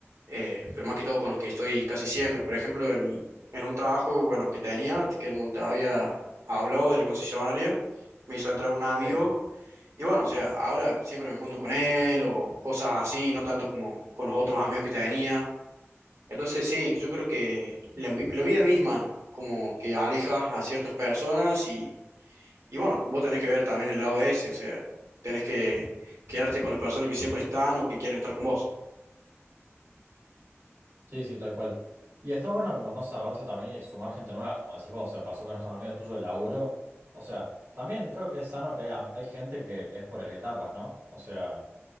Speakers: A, on the right; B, on the right.
A: eh, pero más que todo con los que estoy casi siempre. Por ejemplo, en, en un trabajo, bueno, que tenía, que te había hablado de la concesionaria, me hizo entrar un amigo.
B: Sí.
A: Y bueno, o sea, ahora siempre me junto con él o cosas así, no tanto como con los otros amigos que tenía. Entonces sí, yo creo que la, vi- la vida misma como que aleja a ciertas personas y y bueno, vos tenés que ver también el lado ese, o sea, tenés que quedarte con las personas que siempre están o que quieren estar con vos.
B: Sí, sí, tal cual. Y está bueno como no cerrarse también y sumar gente nueva, como decís vos, o sea, pasó con estos amigos tuyos el laburo. O sea, también creo que es sano que haya, hay gente que es por etapas, ¿no? O sea,